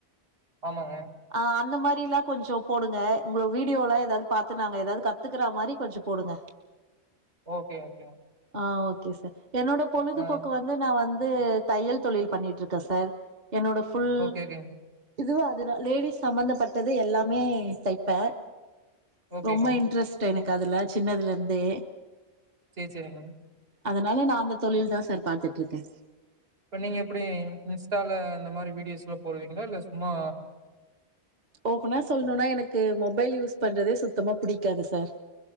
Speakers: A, on the right (about 65°); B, on the right (about 40°).
A: ஆமாங்க.
B: ஆ அந்த மாரி லா கொஞ்சோ போடுங்க உங்க வீடியோல ஏதாது பாத்து நாங்க ஏதாது கத்துக்குறா மாரி கொஞ்சோ போடுங்க
A: ஓகே ஓகேங்க
B: ஆ ஓகே சார் என்னோட பொழுதுபோக்கு
A: ஆ
B: வந்து நா வந் ந்து தையல் தொழில் பண்ணிட்ருக்க சார் என்னோட ஃபுல்
A: ஓகே, ஓகேங்க.
B: இதுவு அதுதா லேடிஸ் சம்ம்பந்தப்பட்டது எல்லாமே தைப்பே
A: ஓகேங்க.
B: ரொம்ப இன்ட்ரெஸ்ட் எனக் க் அதுல சின்னதுல இருந்தே
A: சரி, சரிங்க.
B: அதனால நா அந்த தொழில்தா
A: இப்ப
B: சார் பாத்துட்ரு க்க
A: இப்ப நீங்க எப்டி இன்ஸ்டால அந்த மாரி வீடியோஸ்ல்லா போடுவீங்களா இல்ல சும்மா
B: ஓபனா சொல்லணுன்னா எனக்கு மொபைல் யூஸ் பண்றதே சுத்தமா புடிக்காது சார்